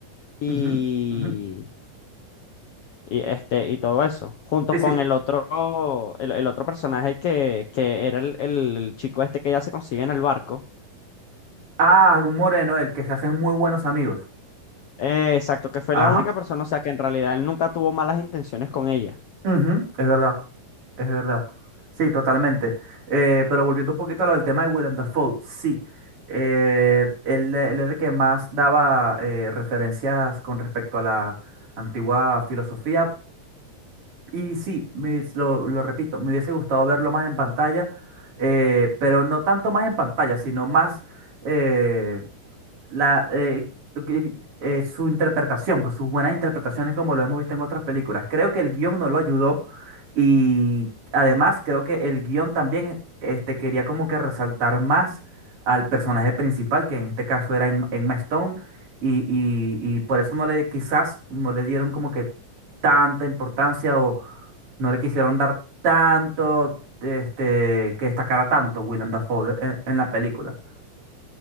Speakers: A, on the left (about 65°); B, on the right (about 40°).
A: y,
B: ujú, ujú.
A: y, este, y todo eso, junto
B: Sí, sí.
A: con el otro, el, el otro personaje que, que era el, el el chico este que ella se consigue en el barco.
B: Ah, un moreno, el que se hacen muy buenos amigos.
A: Eh, exacto, que fue
B: Ajá,
A: la única persona, o sea, que en realidad él nunca tuvo malas intenciones con ella.
B: ujú, es verdad. Es verdad. Sí, totalmente. Eh, pero volviendo un poquito a lo del tema de Willem Dafoe, sí. Eh, él, él era el que más daba eh, referencias con respecto a la antigua filosofía. Y sí, me- lo, lo repito, me hubiese gustado verlo más en pantalla, eh, pero no tanto más en pantalla, sino más eh, la, eh, lo que- eh, su interpretación, pues sus buenas interpretaciones como lo hemos visto en otras películas. Creo que el guión no lo ayudó y además creo que el guión también este, quería como que resaltar más al personaje principal, que en este caso era En- Emma Stone, y, y, y por eso no le, quizás no le dieron como que tanta importancia o no le quisieron dar tanto, este, que destacara tanto Willem Dafoe en, en la película,